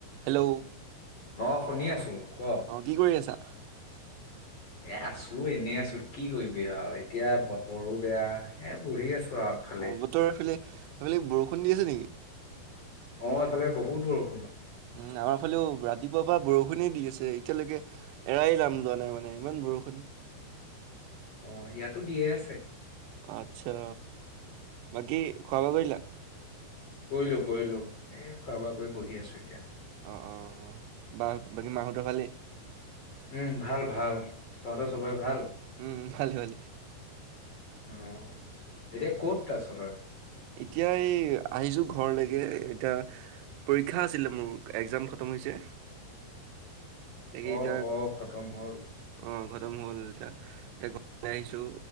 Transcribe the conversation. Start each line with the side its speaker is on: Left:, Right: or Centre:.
Right: Hello,
Left: অ, শুনি আছো ক,
Right: অ কি কৰি আছা <inaudible>
Left: এই, আছো এনে, আছো কি কৰিবি আৰু এতিয়া বতৰো বেয়া, এই বহি আছো। আৰু আগফালে
Right: অ, বতৰ এইফালে, সেই ফালে বৰষুণ দি আছে নেকি?
Left: অ, এইফালে বহুত বৰষুণ।
Right: উম, আমাৰ ফালেও ৰাতিপুৱাৰ পৰা বৰষুণে দি আছে এতিয়ালৈকে। এৰাই নাম লোৱা নাই মানে, ইমান বৰষুণ।
Left: অ, ইয়াতো দিয়ে আছে।
Right: আচ্ছা, বাকি খোৱা-বোৱা কৰিলা।
Left: কৰিলো, কৰিলো, এই খোৱা-বোৱা কৰি বহি আছো এতিয়া।
Right: অ, অ, অ, বা বাকী মাহঁতৰ ভালেই?
Left: উম, ভাল ভাল তহঁত
Right: উম
Left: চবৰে ভাল?
Right: উম ভালে ভালে
Left: অ, এতিয়া
Right: অ
Left: ক'ত আছ তই?
Right: এতিয়া এই আহিছোঁ, ঘৰলৈকে এতিয়া পৰীক্ষা আছিলে মোৰ, এক্সাম খতম হৈছে। তাকে
Left: অ,
Right: এতিয়া
Left: অ, খতম হ'ল।
Right: অ, খতম হ'ল এতিয়া, এক <inaudible> ওলাই আহিছোঁ,